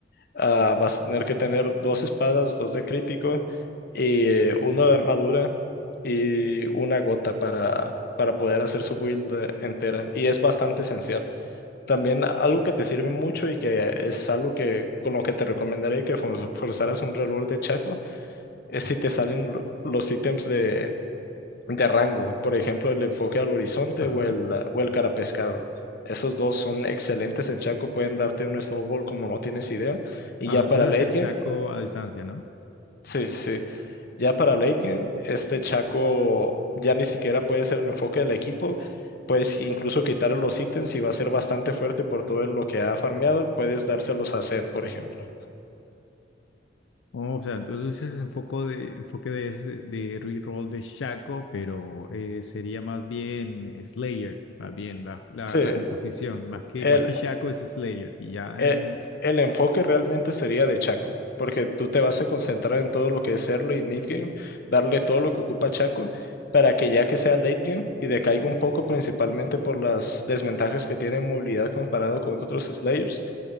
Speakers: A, on the left; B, on the left.
A: Ah, vas a tener que tener dos espadas, dos de crítico y uno de armadura y una gota para, para poder hacer su build eh, entera. Y es bastante esencial. También algo que te sirve mucho y que es algo que con lo que te recomendaría que for- forzaras un reloj de Chaco es si te salen lo- los ítems de Garrango, por ejemplo, el enfoque al horizonte
B: Ajá.
A: o el, ah, o el carapescado. Esos dos son excelentes en Chaco, pueden darte un snowball como no tienes idea. Y
B: Ah,
A: ya para
B: entonces
A: late
B: hacer Shaco
A: game,
B: a distancia, ¿no?
A: sí, sí, sí, ya para late game, este Chaco ya ni siquiera puede ser el enfoque del equipo. Puedes incluso quitarle los ítems y va a ser bastante fuerte por todo lo que ha farmeado. Puedes dárselos a Zed, por ejemplo.
B: Oh, o sea, entonces es enfoque de, enfoque de, ese- de reroll de Shaco, pero eh, sería más bien Slayer, más bien la, la,
A: Sí,
B: la composición. Más que,
A: el,
B: más que Shaco es Slayer. Y ya
A: eh,
B: en...
A: el enfoque realmente sería de Chaco, porque tú te vas a concentrar en todo lo que es early y mid game, darle todo lo que ocupa Chaco, para que ya que sea late game y decaiga un poco, principalmente por las desventajas que tiene en movilidad comparado con otros Slayers,